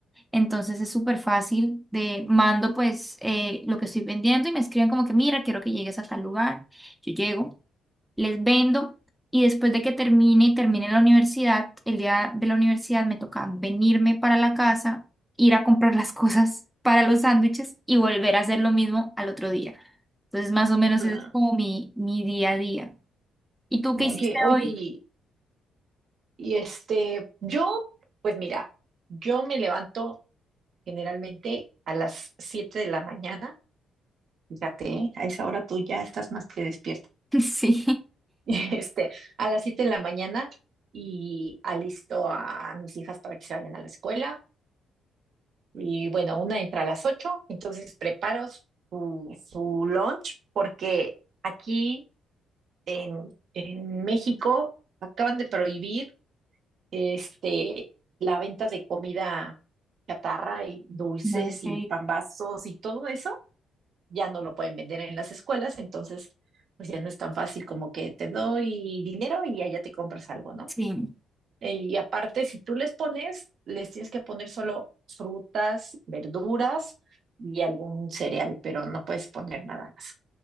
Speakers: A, in the centre; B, on the right.
A: entonces es súper fácil de mando pues eh, lo que estoy vendiendo y me escriben como que mira, quiero que llegues a tal lugar. Yo llego, les vendo y después de que termine y termine la universidad, el día de la universidad me toca venirme para la casa, ir a comprar las cosas para los sándwiches y volver a hacer lo mismo al otro día. Entonces más o menos
B: ya.
A: ese es como mi, mi día a día. ¿Y tú qué hiciste
B: Oye, oye,
A: hoy?
B: y, y este, yo, pues mira, yo me levanto generalmente a las 7 de la mañana. Fíjate, ¿eh? A esa hora tú ya estás más que despierta. <laughs>
A: <laughs> Sí.
B: Este, a las 7 de la mañana y alisto a mis hijas para que se vayan a la escuela. Y bueno, una entra a las ocho entonces preparo su, su lunch porque... Aquí en, en México acaban de prohibir este, la venta de comida chatarra y dulces
A: Ok,
B: y pambazos y todo eso. Ya no lo pueden vender en las escuelas, entonces pues ya no es tan fácil como que te doy dinero y allá te compras algo, ¿no?
A: Sí.
B: Eh, Y aparte, si tú les pones, les tienes que poner solo frutas, verduras y algún cereal, pero no puedes poner nada más.